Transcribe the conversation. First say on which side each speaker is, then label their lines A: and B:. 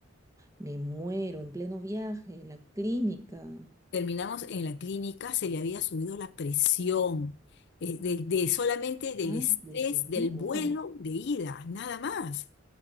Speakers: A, on the right (about 15°); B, on the left (about 55°).
A: Me muero en pleno viaje, en la clínica.
B: Terminamos en la clínica, se le había subido la presión, eh, de, de solamente del
A: Ah,
B: estrés
A: le subió.
B: del vuelo de ida, nada más.